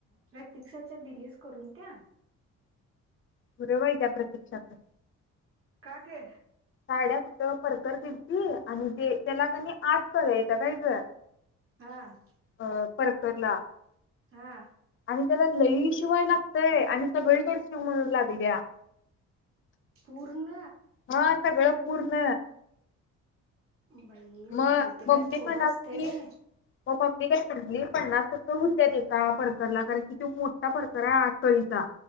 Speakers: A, on the right; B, on the left.
A: प्रतीकक्षाच्या दिलीस करून त्या?
B: फुर बाई त्या प्रतीक्षाच
A: का ग
B: साड्या कुठं परकर दिलती आणि ते त्याला की नाय आठ कळ्या हायत्ता काय ग
A: हा <inaudible>
B: अ, परकरला
A: हा
B: आणि त्याला लई शिवाय लागतय आणि सगळीकड शिव म्हणून लागल्या
A: पूर्ण
B: हा सगळं पूर्ण
A: बाई म्हणतो
B: मग
A: ते काय
B: मम्मी
A: थोडं
B: म्हणाली
A: असतंय वय
B: मग मम्मी काय म्हणली पन्नास रुपय होत्यातिका फरकरला कारण कि तो मोठा फरकर आहे आठ कळीचा